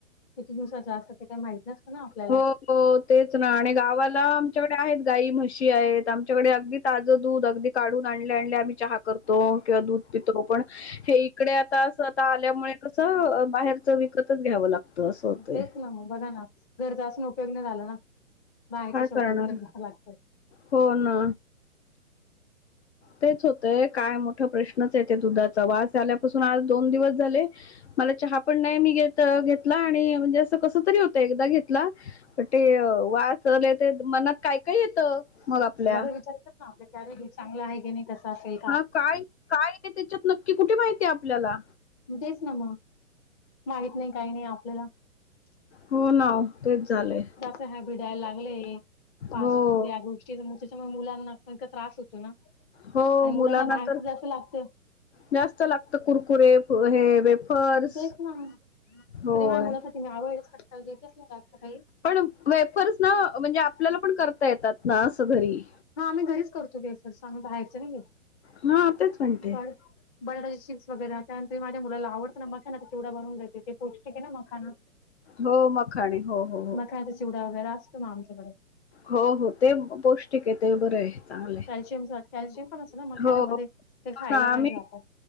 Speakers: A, on the left (about 20°); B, on the left (about 50°).
A: किती दिवसा जास्त ते काही माहित नसतं ना आपल्याला.
B: हो हो तेच ना आणि गावाला आमच्याकडे आहेत गाई म्हशी आहेत आमच्याकडे अगदी. ताजं दूध अगदी काढून आणले आणले आम्ही चहा करतो किंवा दूध पितो पण हे इकडे आता असं आता आल्यामुळे बाहेरच विकतच घ्यावं लागतं असं होतंय.
A: तेच ना बघा ना घरचा असून उपयोग नाही झाला ना. बाहेरच्या
B: काय
A: शेवटी
B: करणार
A: विकत घ्यावं लागतं
B: हो ना. तेच होतय काय मोठा प्रश्नच आहे ते दुधाचा वास आल्यापासून आज दोन दिवस झाले. मला चहा पण नाही मी घ घेतला आणि म्हणजे असं कस री होत एकदा घेतला पण ते वाचले ते मनात काय काय येतं. मग आपल्या
A: लगे विचारतात ना करेू चांगलं आहे की नाही कसं असेल.
B: हा काय काय आहे त्याच्यात नक्की कुठे माहितीय आपल्याला.
A: ण तेच मग माहत नाही काही नाही, आपल्याला.
B: हो नाव तेच झाले.
A: हरबर डाळ लागले फास्ट
B: हो
A: फूड या गोष्टी.. त्याच्यामुळे मुलांना त्रास होतो ना,
B: हो
A: आणि मुलांना बाहेर
B: तर
A: जास्त लागत.
B: जास्त लागत कुरकुरे हे वेफर्स
A: तेच ना,
B: होय
A: तरीपण मुलासाठी मी अवॉइडच फटकाल देतेच ना जास्त असत काही.
B: पण वेफर्स ना, म्हणजे आपल्याला पण करता येतात ना असं घरी.
A: हा आम्ही घरीच करतो, वेफर्स आम्ही बाहेरच नाही घेत
B: हा तेच म्हणते
A: पण. बटाट्याचे चिप्स वगैरे त्यानंतर माझ्या मुला आवडतं ना, मग खाना तेवढा बनवून देते पौष्टिक आहे ना मखाना.
B: हो मखाणे, हो हो हो.
A: मखानाचा चिवडा वगैरे असतो ना, आमच्याकडे.
B: हो हो ते पौष्टिक आहे, ते बरं आहे. चांगलं आहे.
A: कॅल्शियम कॅल्शियम पण असत ना? मखाना
B: हो,
A: मध्ये
B: हो
A: ते खायला
B: ना
A: पाहिजे
B: आम्ही
A: आपण.